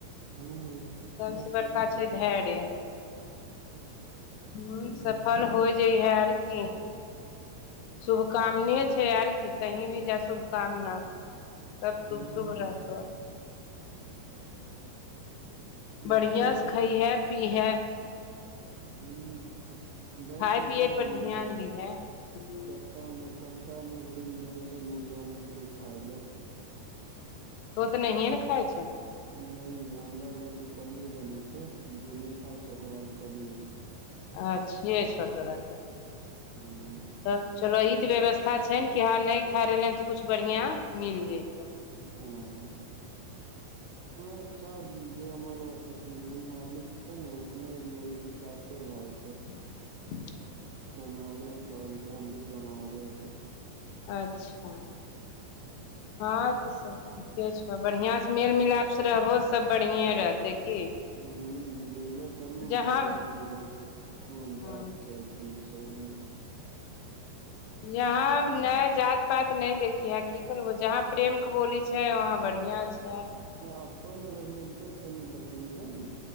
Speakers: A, on the right; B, on the left.
A: हूँ
B: सभसँ
A: आब
B: बड़का
A: करि की
B: छै
A: सकै
B: धैर्य।
A: छी
B: ह्म्म
A: हूँ
B: सफल हो जइ है आर की? शुभकामने छै आर की? कहीं भी जाय शुभकामना। सब शुभ
A: हूँ
B: शुभ रहतौ।
A: <inaudible> देखो
B: बढ़िआँ से खैहै पीहै।
A: ह्म्म दैय
B: खाय
A: छै
B: पियए
A: से
B: पर
A: सब
B: ध्यान
A: सब
B: दीहे तू
A: सप्ताह में सप्ताहमे एक दिन दै छै मुर्गा मछली खाइ ला।
B: तुहो तऽ नहिे ने खाइ छो?
A: नहि नहि हमरा ले तैय पनीर बनै छै जे नहि खाय छै ओकरा ल पनीर
B: अच्छे छो तोरा त।
A: ह्म्म
B: तब चलो ई ते व्यवस्था छै, ने कि ह नहि खा रहलियै हन तऽ कुछ बढ़िया मिल जइतो।
A: हँ
B: <inaudible>
A: हां अच्छा, जे हमर रूम मालिक छै, ने ओ अपने लगे छै जाते भाय छै।
B: <inaudible>
A: सुनारे कहलकै हम भी सुनारे हैं।
B: अच्छा हँं तऽ सब ठीके छो, बढ़िआं से मेल मिलाप से रहबहो सब बढ़िए रहतै की?
A: ह जबै तब ने हुनका
B: जहाँ
A: बतेबै कोन
B: हँ
A: जाइत छै? की छै, नहि छै?
B: यहाँ नहि जात पाइत नहि देखिहै की करबो जहाँ प्रेम के बोली छै, वहाँ बढ़िया छै।
A: नहि अपन अगर मिलतै तनि बतियैबै ने,